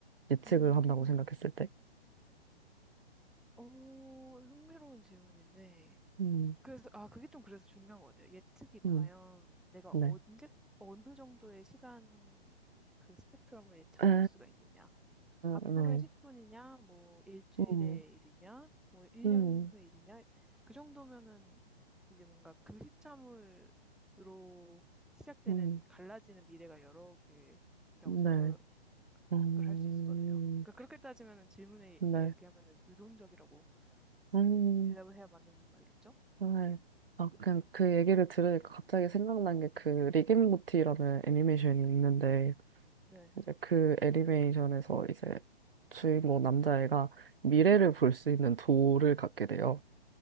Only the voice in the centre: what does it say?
음
오, 흥미로운 질문인데.
그래서, 아, 그게 좀 그래서 중요한 것 같아요. 예측이
과연 내가
언제, 어느 정도의 시간 그 스펙트럼을 예측을
할 수가 있느냐. 앞으로의
10분이냐, 뭐, 일주일의
일이냐, 뭐, 1년
후의 일이냐. 그 정도면은 이제 뭔가 그 시점으로 시작되는
갈라지는 미래가 여러 개라고
생각을
할 수 있을 것 같아요. 그러니까 그렇게 따지면 질문에
얘기하면 유동적이라고 세-
대답을 해야 맞는 말이겠죠?
네.